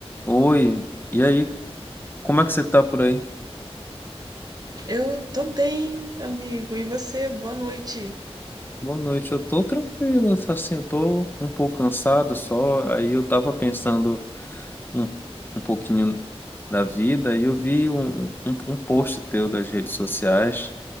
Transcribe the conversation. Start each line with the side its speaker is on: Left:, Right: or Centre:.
Left: Oi, e aí, como é que você tá por aí?
Right: Eu tô bem, amigo. E você? Boa noite.
Left: Boa noite, eu tô tranquilo, assim, eu tô um pouco cansado só, aí eu tava pensando um, um pouquinho da vida e eu vi um, um, um post teu das redes sociais,